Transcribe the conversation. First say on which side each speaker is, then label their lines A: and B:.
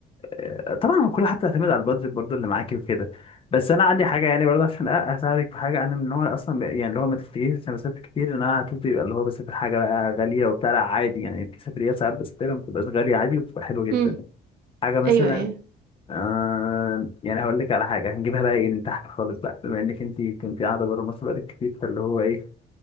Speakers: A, on the left; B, on the right.
A: آه، طبعا هو كل حاجه بتعتمد على البادجت برضو اللي معاكي وكده بس انا عندي حاجه يعني برضه عشان أ- اساعدك في حاجه انا من النوع اصلا يعني اللي هو ما تفتكريش عشان بسافر كتير ان انا هتبقى يبقى اللي هو بسافر حاجه بقى غاليه وبتاع لا عادي يعني في سفريات ساعات بسافرها ما بتبقاش غاليه عادي وبتبقى حلوه جدا
B: امم
A: حاجه مثلا
B: ايوه ايوه
A: آه يعني هقول لك على حاجه هنجيبها بقى ايه من تحت خالص بقى بما انك انت كنت قاعده بره مصر بقالك كتير فاللي هو ايه